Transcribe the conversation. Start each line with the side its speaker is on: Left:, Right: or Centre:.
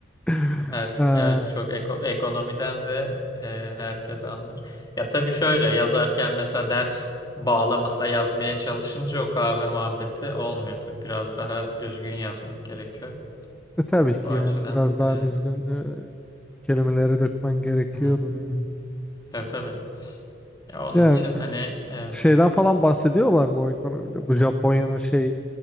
Centre: <laughs>
Left: Her,
Centre: Ee,
Left: evet çok eko- ekonomiden de e, herkes anlar. Ya tabii şöyle yazarken mesela ders bağlamında yazmaya çalışınca o kahve muhabbeti olmuyor tabii. Biraz daha düzgün yazmak gerekiyor.
Centre: E tabii ki
Left: O açıdan
Centre: yani biraz
Left: değil.
Centre: daha
Left: Evet.
Centre: düzgün e, kelimelere dökmen gerekiyordur
Left: Hı-hı.
Centre: yani.
Left: Tabii tabii. Ya onun
Centre: Yani
Left: için hani evet.
Centre: şeyden falan bahsediyorlar mı o ekonomide? Bu
Left: Hı-hı.
Centre: Japonya'nın şey